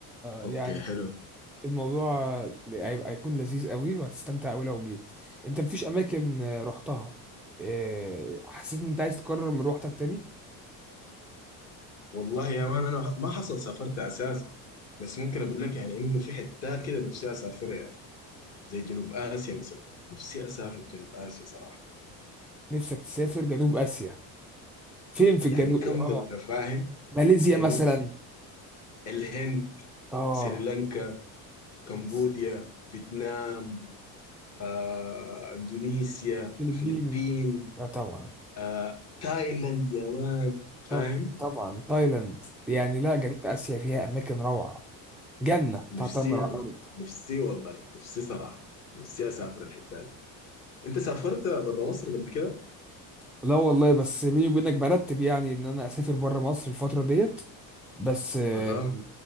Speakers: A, in the centre; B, on the left (about 40°).
A: يعني
B: اوكي حلو
A: الموضوع هيبقى هيكون لذيذ قوي وهتستمتع قوي لو جيت انت مفيش اماكن رحتها إيه، حسيت ان انت عايز تكرر من روحتك تاني
B: والله يا مان انا ما حصل سافرت اساسا بس ممكن اقول لك يعني انه في حتات كده نفسي اسافرها يعني زي جنوب اسيا مثلا نفسي اسافر جنوب اسيا صراحه
A: نفسك تسافر جنوب اسيا فين في
B: يعني
A: الجنوب
B: كم
A: اه
B: دوله فاهم
A: ماليزيا
B: جنوب
A: مثلا
B: الهند
A: اه
B: سريلانكا كمبوديا
A: يس
B: فيتنام آه، اندونيسيا
A: فلبين
B: الفلبين
A: لا طبعا
B: آه، تايلاند يا مان فاهم
A: طبعا طبعا تايلاند يعني لا جنوب آسيا فيها أماكن روعة جنة
B: نفسي
A: تعتمر على
B: أنا
A: الأرض
B: نفسي والله نفسي صراحة نفسي أسافر الحتة دي أنت سافرت برا مصر قبل كده؟
A: لا والله بس بيني وبينك برتب يعني إن أنا أسافر بره مصر الفترة ديت بس آه،
B: أها